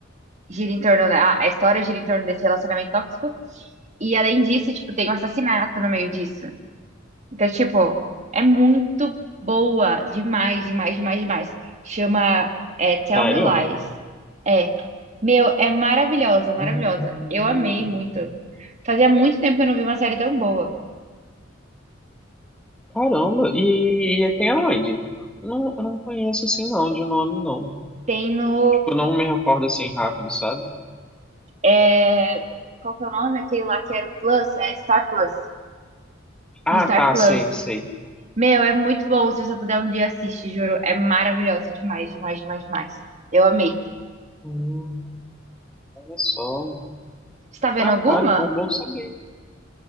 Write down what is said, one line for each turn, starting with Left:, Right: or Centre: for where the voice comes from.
Right: Gira em torno. da a história gira em torno desse relacionamento tóxico. E além disso, tipo, tem um assassinato no meio disso. Então, tipo, é muito boa. Demais, demais, demais, demais. Chama é, Tell
Centre: Sério?
Right: Me Lies. É. Meu, é maravilhosa, maravilhosa.
Centre: Hum.
Right: Eu amei muito. Fazia muito tempo que eu não vi uma série tão boa.
Centre: Caramba. E, e tem aonde? Não, eu não conheço assim não, de nome não.
Right: Tem no.
Centre: Tipo, não me recordo assim rápido, sabe?
Right: é, qual que é o nome? Aquele lá que era o Plus? É Star Plus.
Centre: Ah,
Right: No Star
Centre: tá,
Right: Plus.
Centre: sei, sei.
Right: Meu, é muito bom. Se você puder um dia assiste, juro. É maravilhosa demais, demais, demais, demais. Eu amei.
Centre: Hum, olha só.
Right: Você tá vendo
Centre: Rapaz,
Right: alguma?
Centre: bom, bom saber.